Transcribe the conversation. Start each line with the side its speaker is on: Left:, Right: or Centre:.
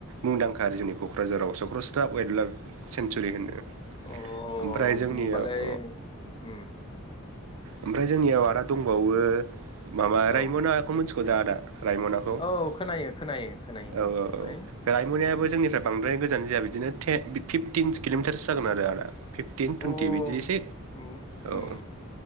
Right: मुंदांखारो जोंनि क'क्राझाराव सक्रसता वाइल्ड लाइफ सेन्सुरि होनो । ओमफ्राय
Left: अ होमबालाय
Right: जोंनियाव
Left: उम
Right: ओमफ्राय जोंनियाव आदा औवो माबा रायमनाखौ
Left: औ
Right: मोनथि बोदो आदा रायमनाखौ औ
Left: औ खोनायो खोनायो खोनायो
Right: औ
Left: फंबाय
Right: औ रायमनायाबो जोंनिफ्राय बांद्राय गोजान जाया बिदिनो थे फिफटिन किल'मिटारसो जागोन आरो आदा, फिफटिन टुइन्टि
Left: अ
Right: बिदिएसे
Left: उम
Right: औ
Left: उम